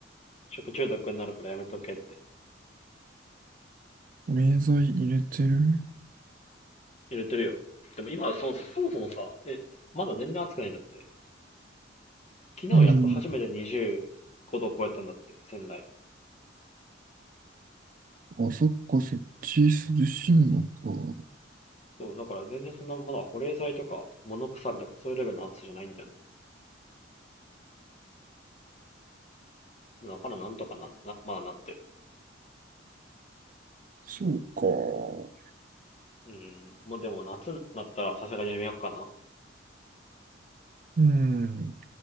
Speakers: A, on the left (about 35°); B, on the right (about 45°).
A: 食中毒になるからやめとけって。
B: 保冷剤入れてる
A: 入れてるよ。でも今はそうそう、そもそもさ、え、まだ全然暑くないんだって。昨日やっと初めて25度超えたんだって、
B: うん。
A: 仙台を。
B: あ、そっか、そっち涼しいのか。
A: そう、だから全然そんな、まだ保冷剤とか物腐リとかそういうレベルの暑さじゃないんだよね。だからなんとかな、なまだなってる。
B: そうか。
A: うん、もうでも夏になったらさすがにやめようかな。
B: うん。